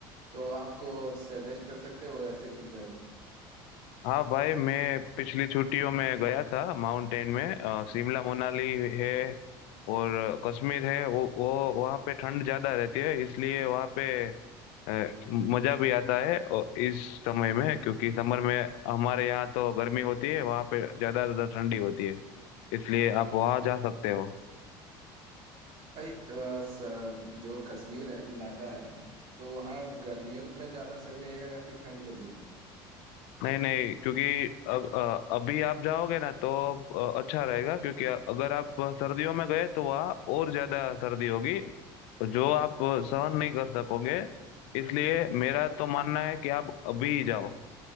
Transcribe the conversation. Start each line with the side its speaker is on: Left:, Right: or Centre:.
Right: तो आपको सजेस्ट कर सकते हो ऐसे कुछ जगह
Left: हाँ भाई मैं पिछली छुट्टियों में गया था माउंटेन में अ, शिमला मनाली है और कश्मीर है वो वो वहाँ पे ठंड ज़्यादा रहती है इसलिए वहाँ पे अ, मज़ा भी आता है और इस समय में क्योंकि समर में हमारे यहाँ तो गर्मी होती है वहाँ पे ज़्यादा ज़्यादा ठंडी होती है इसलिए आप वहाँ जा सकते हो
Right: भाई अ, स- जो कश्मीर है इलाका है तो वहाँ गर्मियों में ज़्यादा सही रहेगा या फिर ठंड के दिनों में
Left: नहीं नहीं क्योंकि अब अ, अभी आप जाओगे ना तो अ, अच्छा रहेगा क्योंकि अगर आप सर्दियों में गए तो वहाँ और ज्यादा सर्दी होगी जो आप सहन नहीं कर सकोगे इसलिए मेरा तो मानना है कि आप अभी ही जाओ